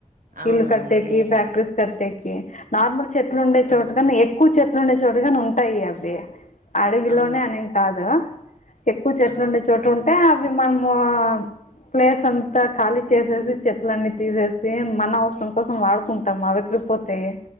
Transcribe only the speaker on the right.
అవునవును
నేల
ఆ
అవును
ఆ